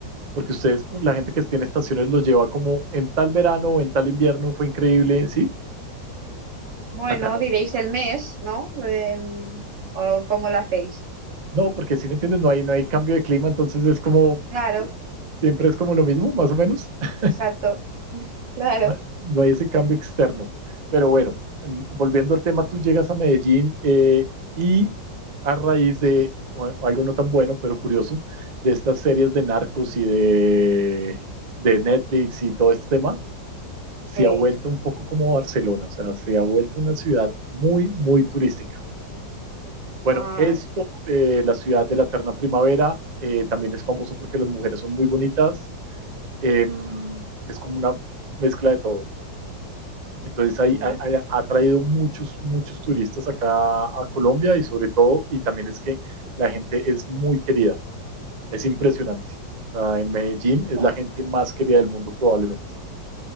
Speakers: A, on the right; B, on the right.
A: porque ustedes, la gente que tiene estaciones los lleva como en tal verano o en tal invierno, fue increíble, ¿sí?
B: Bueno,
A: Acá no.
B: diréis el mes, ¿no? Em, o cómo lo hacéis.
A: No, porque si me entiendes, no hay, no hay cambio de clima, entonces es como,
B: Claro,
A: siempre es como lo mismo, más o menos. <laughs>
B: exacto, claro.
A: No no hay ese cambio externo. Pero bueno, mm, volviendo al tema, tú llegas a Medellín eh, y a raíz de bueno, algo no tan bueno, pero curioso, de estas series de narcos y de, de Netflix y todo este tema, se
B: Sí.
A: ha vuelto un poco como Barcelona, o sea, se ha vuelto una ciudad muy, muy turística. Bueno,
B: Ay,
A: esto, eh, la ciudad de la eterna primavera, eh, también es famoso porque las mujeres son muy bonitas, eh, es como una mezcla de todo. Entonces hay-
B: ajá.
A: hay- hay- ha traído muchos, muchos turistas acá a Colombia y sobre todo, y también es que la gente es muy querida, es impresionante. O sea, en Medellín
B: No.
A: es la gente más querida del mundo probablemente.